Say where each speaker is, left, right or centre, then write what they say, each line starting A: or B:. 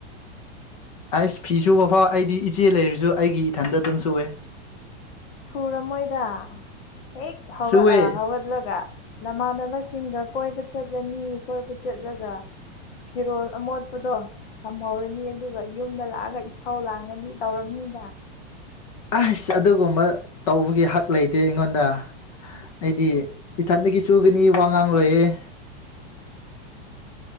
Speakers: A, on the left; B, on the left.
A: ꯑꯩꯁ ꯐꯤ ꯁꯨꯕ ꯐꯥꯎ ꯑꯩꯗꯤ ꯏꯆꯦ ꯂꯩꯔꯁꯨ ꯑꯩꯒꯤ ꯏꯊꯟꯗ ꯑꯗꯨꯝ ꯆꯨꯏꯦ
B: ꯁꯨꯔꯃꯣꯏꯗ ꯍꯦꯛ ꯍꯧꯒꯠꯑ
A: ꯁꯨꯋꯦ
B: ꯍꯧꯒꯠꯂꯒ ꯅꯃꯥꯟꯅꯕꯁꯤꯡꯒ ꯀꯣꯏꯕ ꯆꯠꯂꯅꯤ ꯀꯣꯏꯕ ꯆꯠꯂꯒ ꯐꯤꯔꯣꯜ ꯑꯃꯣꯠꯄꯗꯣ ꯇꯝꯍꯧꯔꯅꯤ ꯑꯗꯨꯒ ꯌꯨꯝꯗ ꯂꯥꯛꯑꯒ ꯏꯁꯥꯎ ꯂꯥꯡꯉꯅꯤ ꯇꯧꯔꯝꯅꯤꯗ
A: ꯑꯁ ꯑꯗꯨꯒꯨꯝꯕ ꯇꯧꯕꯒꯤ ꯍꯛ ꯂꯩꯇꯦ ꯑꯩꯉꯣꯟꯗ ꯑꯩꯗꯤ ꯏꯊꯟꯗꯒꯤ ꯆꯨꯒꯅꯤ ꯋꯥ ꯉꯥꯡ ꯂꯣꯏꯌꯦꯦ